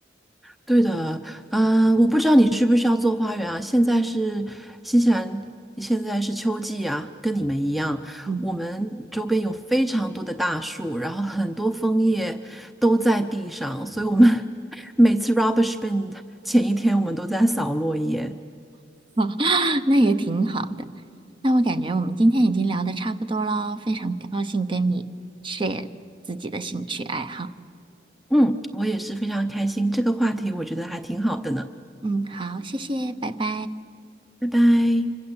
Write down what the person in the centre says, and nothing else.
对的，嗯，我不知道你需不需要做花园啊。现在是新西兰，现在是秋季啊，跟你们一样，
我们周边有非常多的大树，然后很多枫叶都在地上，所以我们 <laughs> 每次 rubbish bin 前一天，我们都在扫落叶。
嗯，我也是非常开心，这个话题我觉得还挺好的呢。
拜拜。